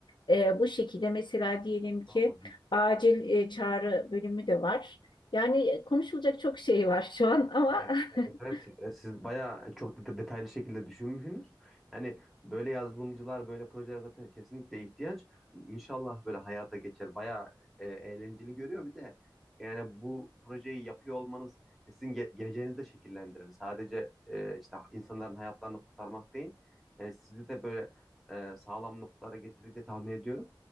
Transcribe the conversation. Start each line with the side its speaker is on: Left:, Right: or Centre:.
Left: Ee, bu şekilde mesela diyelim ki
Centre: Anladım.
Left: acil e, çağrı bölümü de var. Yani konuşulacak çok şey var şu an ama
Centre: Evet, evet, evet.
Left: <laughs>
Centre: e, siz bayağı e, çok deta- detaylı şekilde düşünmüşsünüz. Yani böyle yazılımcılar, böyle projeler zaten kesinlikle ihtiyaç. İnşallah böyle hayata geçer. Bayağı e, eğlenceli görüyor. Bir de e, yani bu projeyi yapıyor olmanız sizin ge- geleceğinizi de şekillendirir. Sadece e, işte insanların hayatlarını kurtarmak değil. Yani sizi de böyle e, sağlam noktalara getirir diye tahmin ediyorum.